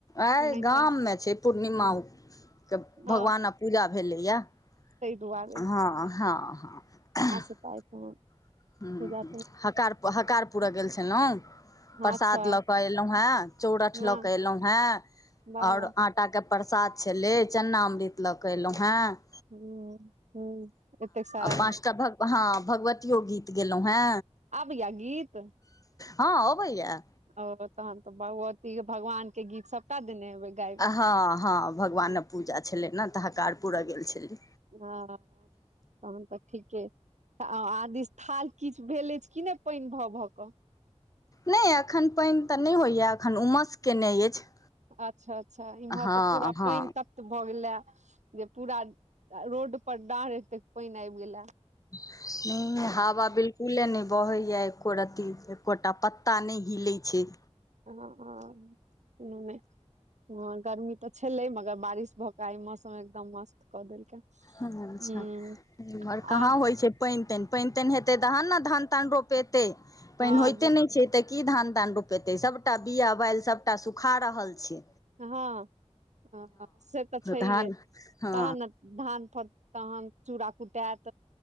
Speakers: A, on the left (about 30°); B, on the right (about 80°).
A: आइ
B: ओनाहिते
A: गाममे छै पूर्णिमाके
B: हँ
A: भगवानक पूजा भेलैए
B: ताहि
A: हँ
B: दुआरे
A: हँ हँ
B: से तऽ आइ
A: ह ह
B: पूजा तूजा
A: ह हकार हकार पुरा गेल छलहुँ
B: हँ,
A: प्रसाद
B: अच्छा
A: लऽ केऽ एलहुँ हेँ चौरठ
B: हँ
A: लऽ के एलहुँ हेँ
B: वाह
A: ओर
B: वाह
A: आटा के प्रसाद छलैय चन्नामृत लग क एलहुॅं हेँ आ
B: ह ह एतेक सारा
A: पाँचटा हँ भगवतियो गीत गेलहुं हे
B: आबैया गीत
A: हँ ह भैया
B: ओओ त त भगवत भगवान के गीत सबटा देने हेबै गायब
A: हँ हँ भगवानक पूजा छलै ने तऽ हकार पुररा गेल छलिय
B: ह तहन तऽ ठीके आदिस थाल किछु भेल अछि कि नै पाइन भऽ भऽ कऽ
A: नइ एखन पाइन तऽ नइ होइए एखन उमस केने अछि
B: अच्छा अच्छा इमहर
A: हँ
B: तऽ पूरा
A: हँ
B: पाइन तत भऽ गेले जे पूरा रोड पर डाँढ़ एते पाइन आइब गेला
A: नइ नइ हव बिलकुले नइ बहैए एको रत्ती एकोटा पत्ता नै हिलै छै
B: ह ह मू ने हँ गर्मी तऽ छलै मगर बारिश भऽ क आइ मौसम एकदम मस्त कऽ देलकै
A: अच्छह
B: हूँ
A: इम्हर
B: आ
A: कहाँ होइ छै पाइन ताइन पाइन ताइन हेते तहन न धान तान रोपेते पाइन
B: हँ
A: होयते नइ छै त की धान तान रोपेते सबटा बिया बैल सबटा सुखा रहल छै
B: हँ हँ से तऽ छैइहे
A: धान हँ
B: तहन न धान फट तहन चूड़ा कुटात